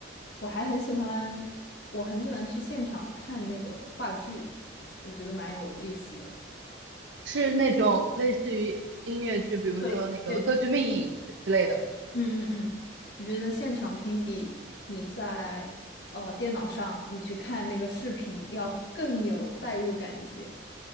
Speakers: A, on the left (about 60°); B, on the right (about 70°).
A: 我还很喜欢，我很喜欢去现场看那个话剧，我觉得蛮有意思的。
B: 是那种类似于音乐剧，比如说那个《歌剧魅影》之类的，
A: 对。对。嗯嗯嗯，我觉得现场听比你在呃电脑上你去看那个视频要更有代入感一些？